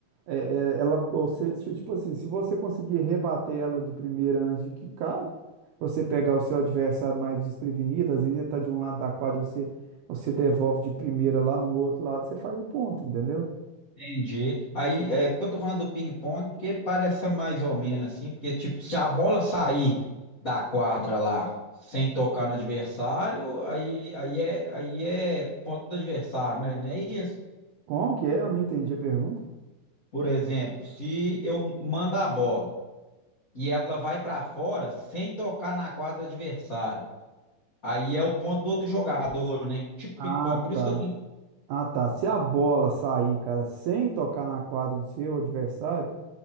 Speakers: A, on the right; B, on the left.
A: É, é, ela, você, tipo assim, se você conseguir rebater ela de primeira antes de quicar, você pegar o seu adversário mais desprevenido, às vezes ele tá de um lado da quadra, você, você devolve de primeira lá no outro lado, você faz o ponto, entendeu?
B: Entendi. Aí, é porque eu tô falando do ping-pong, porque parece mais ou menos assim, porque tipo, se a bola sair da quadra lá sem tocar no adversário, aí, aí é, aí é ponto do adversário, né? Não é isso?
A: Como que é? Eu não entendi a pergunta.
B: Por exemplo, se eu mando a bola e ela vai pra fora sem tocar na quadra adversária, aí é o ponto do outro jogador, né? Tipo
A: Ah,
B: ping-pong. Por
A: tá.
B: isso que eu tenho.
A: Ah, tá. Se a bola sair, cara, sem tocar na quadra do seu adversário,